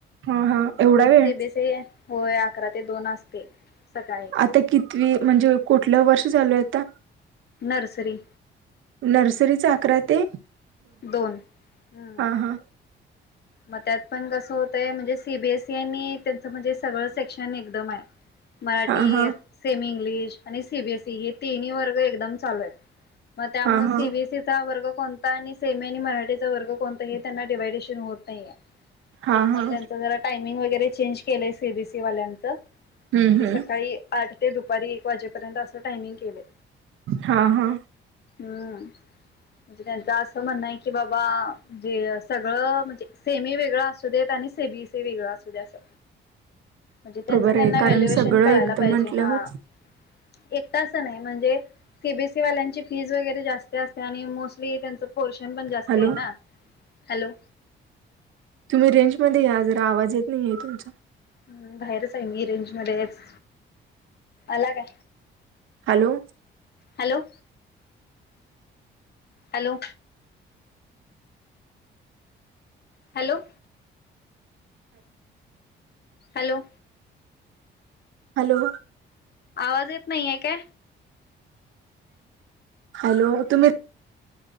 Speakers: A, on the right; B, on the left.
A: हा हा.
B: हम्म,
A: एवढा वेळ?
B: <unintelligible> होय. अकरा ते दोन असते सकाळी.
A: आता कितवी म्हणजे कुठलं वर्ष चालू आहे आता?
B: नर्सरी.
A: नर्सरीचा अकरा ते
B: दोन. हम्म.
A: हा हा.
B: मग त्यात पण कसं होतंय म्हणजे सी बी एस ई आणि त्यांचं म्हणजे सगळं सेक्शन एकदम आहे. मराठी,
A: हा हा.
B: सेमी इंग्लिश, आणि सी बी एस ई. हे तिन्ही वर्ग एकदम चालू आहेत. मग त्यामुळे
A: हा हा.
B: सी बी एस ईचा वर्ग कोणता? आणि सेमी आणि मराठीचा वर्ग कोणता? हे त्यांना डिवायडेशन होत नाहीये.
A: हा
B: मग
A: हा.
B: त्यांच जरा टाइमिंग वगैरे चेंज केलंय सी बी सी वाल्यांचं.
A: हम्म
B: म्हणजे
A: हम्म.
B: सकाळी आठ ते दुपारी एक वाजेपर्यंत असं टायमिंग केलंय.
A: हा हा.
B: हम्म. म्हणजे त्यांच असं म्हणणं आहे की, बाबा जे सगळं म्हणजे सेमी वेगळा असू देत आणि से बी सी वेगळा असू दे असं. म्हणजे त्यांचं
A: बरोबर
B: त्यांना
A: आहे.
B: व्हॅल्युएशन
A: कारण सगळं
B: कळायला
A: एकदम
B: पाहिजे
A: म्हंटल्यावर
B: हा, एकटा असं नाही म्हणजे सी बी एस ई वाल्यांची फीज वगैरे जास्त असते, आणि मोस्टली त्यांचं पोर्शन पण जास्त
A: हॅलो
B: आहे ना. हॅलो.
A: तुम्ही रेंज मध्ये या जरा. आवाज येत नाही आहे तुमचा.
B: हम्म, बाहेरच आहे मी रेंज मध्येच. आला का?
A: Hello.
B: Hello. Hello. Hello. Hello.
A: Hello.
B: आवाज येत नाहीये काय?
A: हॅलो, तुम्ही?